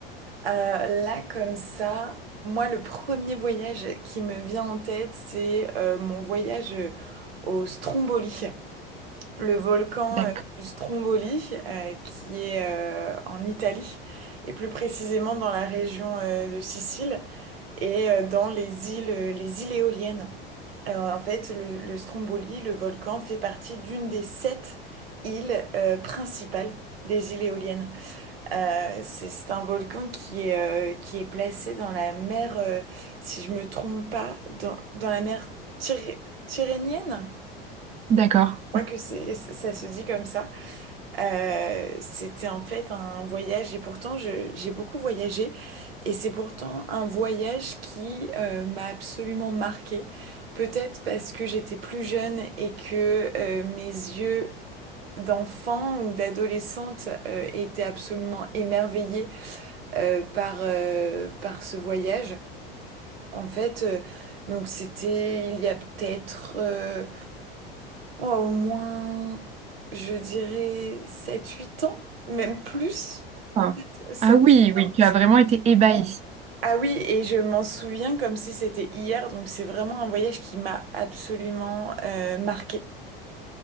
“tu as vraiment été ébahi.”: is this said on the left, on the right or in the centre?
Right